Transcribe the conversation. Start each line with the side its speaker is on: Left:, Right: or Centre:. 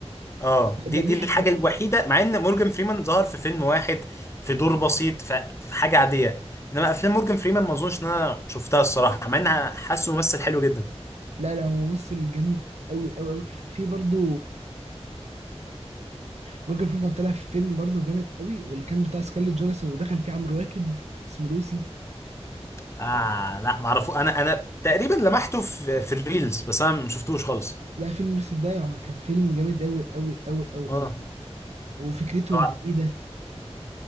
Left: اه
Right: ده
Left: دي
Right: ده ليه
Left: دي الحاجه
Right: حته
Left: الوحيده مع ان مورجان فريمان ظهر في فيلم واحد في دور بسيط ف- في حاجه عاديه انما افلام مورجان فريمان ما اظنش ان انا شفتها الصراحه مع انها حاسه ممثل حلو جدا
Right: لا لا هو ممثل جامد قوي قوي قوي في برضو مورجان فريمان طلع في فيلم برضه جامد قوي واللي كان بتاع سكارليت جونسون ودخل فيه عمرو واكد اسمه لوسي
Left: اه لا ما اعرفه انا انا تقريبا لمحته في في الريلز بس انا ما شفتوش خالص
Right: لا فيلم لوسي ده يعني كان فيلم جامد قوي قوي قوي قوي
Left: اه
Right: قوي وفكرته
Left: طبعا
Right: جديدة